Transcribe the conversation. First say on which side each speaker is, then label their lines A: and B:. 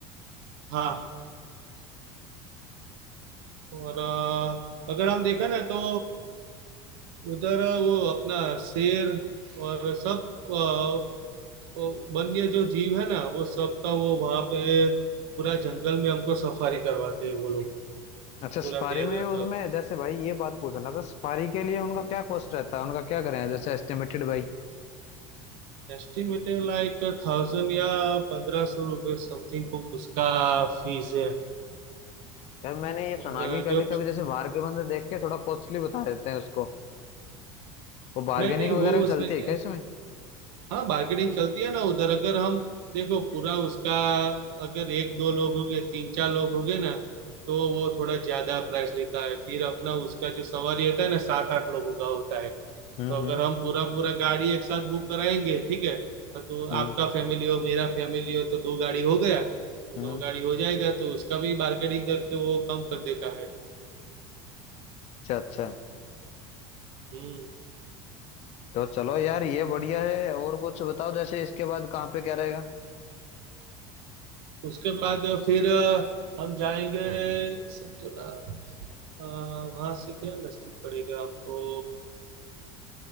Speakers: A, on the right; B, on the left.
A: हाँ और अ, अगर हम देखा ना तो उधर अ, वो अपना शेर और सब अ, वो वन्य जो जीव है ना वो सबका वो वहां पे पूरा जंगल में हमको सफारी करवाते हैं वो लोग
B: अच्छा सफारी
A: पूरा देर
B: में
A: रात
B: उसमें
A: तक
B: जैसे भाई ये बात पूछना था सफारी के लिए उनका क्या कॉस्ट रहता है उनका क्या करें जैसे एस्टिमेटेड भाई
A: एस्टिमेटेड लाइक थाउजेंड या पंद्रह सौ रुपये समथिंग कुछ उसका फीस है
B: यार मैंने ये
A: और
B: सुना
A: अ,
B: कि कभी
A: जो
B: कभी जैसे बाहर के बंदे देख के थोड़ा कॉस्टली बता देते हैं उसको वो बार्गेनिंग
A: नहीं नहीं
B: वगैरह
A: वो
B: भी
A: उसमें
B: चलती है
A: क्या
B: क्या इसमें
A: हाँ मार्केटिंग चलती है ना उधर अगर हम देखो पूरा उसका अगर एक दो लोग हो गए तीन चार लोग हो गए ना तो वो थोड़ा ज्यादा प्राइस लेता है फिर अपना उसका जो सवारी होता है ना सात आठ लोगों का होता है
B: हम्म
A: तो अगर
B: हम्म
A: हम पूरा पूरा गाड़ी एक साथ बुक कराएंगे ठीक है तो
B: हम्म
A: आपका फैमिली हो मेरा फैमिली हो तो दो गाड़ी हो गया तो
B: हम्म।
A: दो गाड़ी हो जाएगा तो उसका भी मार्केटिंग करके वो कम कर देता है
B: अच्छा अच्छा
A: हम्म
B: तो चलो यार ये बढ़िया है और कुछ बताओ जैसे इसके बाद कहाँ पे क्या रहेगा
A: उसके बाद फिर अ, हम जाएंगे समझो ना वहां से क्या नजदीक पड़ेगा हमको